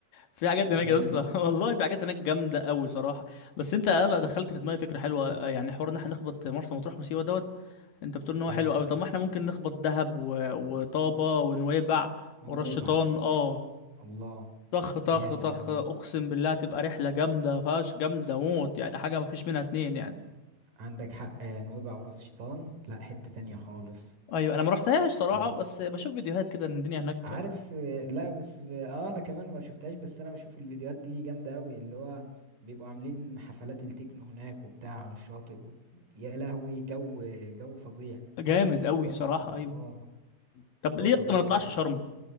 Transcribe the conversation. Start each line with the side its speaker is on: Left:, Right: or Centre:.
Left: في حاجات هناك
Right: جامد
Left: يا اسطى <laughs> والله في حاجات هناك جامدة قوي صراحة بس انت آه، لا دخلت في دماغي فكرة حلوة آه، يعني حوار ان احنا نخبط مرسى مطروح وسيوة دوت انت بتقول ان هو
Right: اه
Left: حلو قوي طب ما احنا ممكن نخبط دهب و... وطابة ونويبع
Right: ونويبع
Left: ورش شيطان اه
Right: الله
Left: طخ طخ
Right: جامد
Left: طخ
Right: أوي
Left: اقسم بالله تبقى رحله جامده فاش جامده موت يعني حاجه ما فيش منها اتنين يعني
Right: عندك حق آه، نويبع وراس شيطان لا حتة تانية خالص
Left: ايوه انا ما رحتهاش صراحه
Right: اه
Left: بس بشوف فيديوهات كده ان الدنيا هناك
Right: عارف لا بس ب... اه انا كمان ما شفتهاش بس انا بشوف الفيديوهات دي جامده قوي اللي هو بيبقوا عاملين حفلات التكنو هناك وبتاع على الشاطئ و... يا لهوي جو جو فظيع
Left: جامد قوي
Right: جو
Left: صراحه
Right: فظيع
Left: ايوه
Right: اه
Left: طب
Right: جو
Left: ليه
Right: فظيع
Left: ما نطلعش شرم